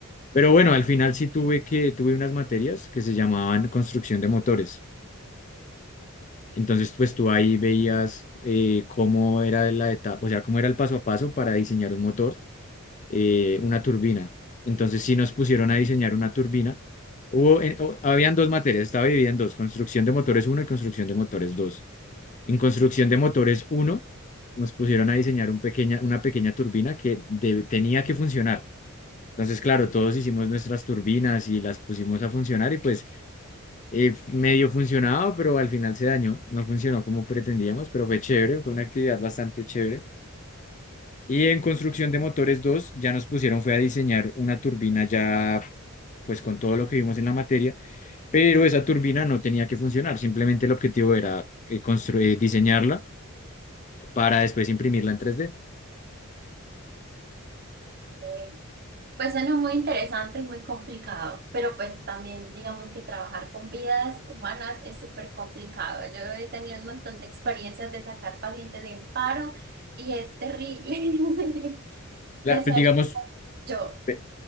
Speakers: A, on the left; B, on the right.
A: Pero bueno, al final sí tuve que, tuve unas materias que se llamaban construcción de motores. Entonces, pues tú ahí veías eh, cómo era la etapa, o sea, cómo era el paso a paso para diseñar un motor eh, una turbina. Entonces sí nos pusieron a diseñar una turbina. Hubo, en- o- habían dos materias, estaba dividida en dos, construcción de motores uno y construcción de motores dos. En construcción de motores uno nos pusieron a diseñar un pequeña, una pequeña turbina que de- tenía que funcionar. Entonces, claro, todos hicimos nuestras turbinas y las pusimos a funcionar y pues eh, medio funcionaba, pero al final se dañó, no funcionó como pretendíamos, pero fue chévere, fue una actividad bastante chévere. Y en construcción de motores dos ya nos pusieron fue a diseñar una turbina ya pues con todo lo que vimos en la materia, pero esa turbina no tenía que funcionar, simplemente el objetivo era eh, construir, diseñarla para después imprimirla en tres d
B: Ok. Pues suena muy interesante y muy complicado, pero pues también digamos que trabajar con vidas humanas es súper complicado. Yo he tenido un montón de experiencias de sacar pacientes de un paro y es terrible. <laughs>
A: La-
B: Desearía
A: pues, digamos,
B: yo.
A: pe-